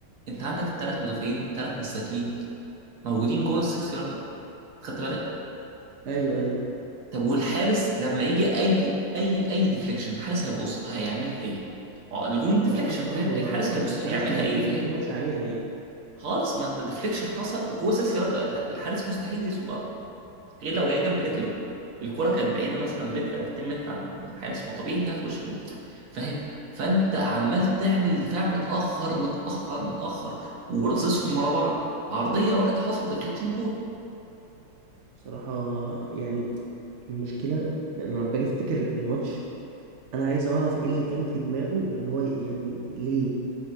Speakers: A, on the right; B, on the right.
A: انت عندك الثلاث مدافعين ثلاث مساكين موجودين جوه السكس يارده خدت بالك
B: ايوه ايوه
A: طب والحارس لما يجي اي اي اي ديفليكشن الحارس هيبص هيعمل ايه ما هو الجون
B: آه،
A: ديفليكشن
B: غصب
A: فاهم
B: عنه
A: الحارس
B: آه،
A: هيبص
B: الحارس
A: هيعملها
B: ما
A: ايه
B: ي... ما
A: فاهم
B: يتلامش عليها يعني
A: خالص ما انت ديفليكشن حصل جوه 6 يارده ال- الحارس مستحيل يصدها غير لو جاي جنب رجله الكرة كانت بعيدة مثلا متر أو 2 متر عن الحارس فطبيعي إنها تخش جون فاهم فأنت عمال تعمل دفاع متأخر متأخر متأخر وراصصهم ورا بعض عرضية واحدة حصل ديفليكشن جون
B: بصراحة يعني المشكلة إن لما باجي افتكر الماتش انا عايز اعرف ايه اللي كان في دماغه ان هو يعني ليه